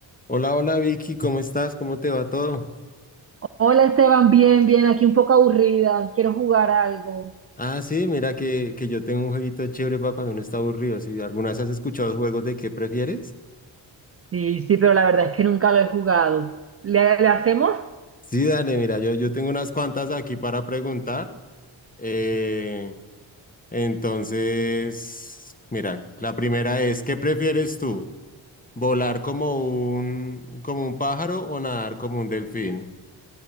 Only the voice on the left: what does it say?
Hola, hola Vicky, ¿cómo estás? ¿Cómo te va todo?
Ah, sí, mira que, que yo tengo un jueguito chévere para cuando uno está aburrido. Si alguna vez has escuchado los juegos de qué prefieres.
Sí, dale, mira, yo, yo tengo unas cuantas aquí para preguntar. Eh, entonces, mira, la primera es, ¿qué prefieres tú? ¿Volar como un, como un pájaro o nadar como un delfín?